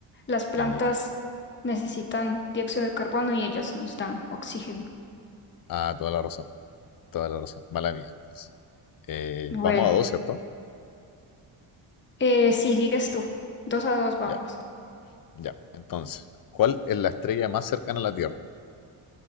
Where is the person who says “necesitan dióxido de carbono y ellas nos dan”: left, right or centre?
Left